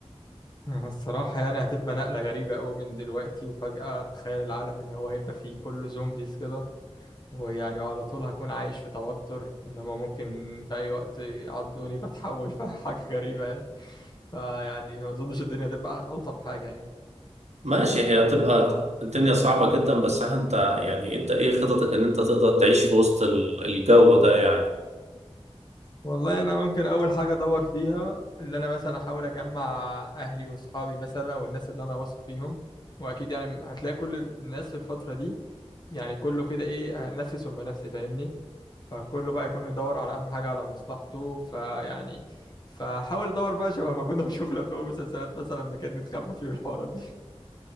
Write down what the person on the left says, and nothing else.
أنا الصراحة يعني هتبقى نقلة غريبة أوي من دلوقتي وفجأة تخيل العالم إن هو هيبقى فيه كله زومبيز كده ويعني وعلى طول هكون عايش في توتر إن هما ممكن في أي وقت يعضوني فتحول <laughs> فحاجة غريبة يعني فيعني ما أظنش الدنيا هتبقى ألطف حاجة
يعني
والله انا ممكن اول حاجه ادور فيها اللي انا مثلا احاول اجمع اهلي واصحابي مثلا او الناس اللي انا واثق فيهم واكيد يعني هتلاقي كل الناس في الفتره دي يعني كله كده ايه نفسي ثم نفسي فاهمني فكله بقى يكون يدور على اهم حاجه على مصلحته فيعني فحاول ادور بقى شبه ما كنا بنشوف الافلام والمسلسلات مثلا مكان نتخبى فيه الحوارات دي <laughs>